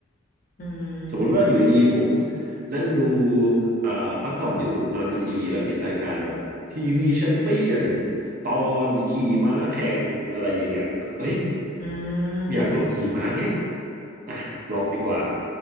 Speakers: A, on the left; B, on the right.
A: อืม
B: สมมุติว่าอยู่ดีๆผมนั่งดูเอ่อพักผ่อนอยู่นอนดูทีวีแล้วเห็นรายการแบบทีวีแชมเปี้ยนตอนขี่ม้าแข่งอะไรอย่างเงี้ยก็เอ้ย
A: อื
B: อยากลองขี่ม้าเฮ้
A: ม
B: อ่ะลองดีกว่า